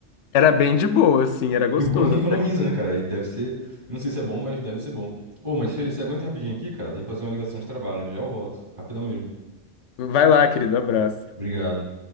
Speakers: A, on the left; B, on the right.
A: era bem de boa, assim, era gostoso
B: E o bom é que economiza,
A: até.
B: né, cara? E deve ser, eu não sei se é bom, mas deve ser bom. Ô, mas você você aguenta rapidinho aqui, cara? Tem que fazer uma ligação de trabalho, já eu volto, rapidão mesmo.
A: Vai lá, querido, abraço.
B: Obrigado.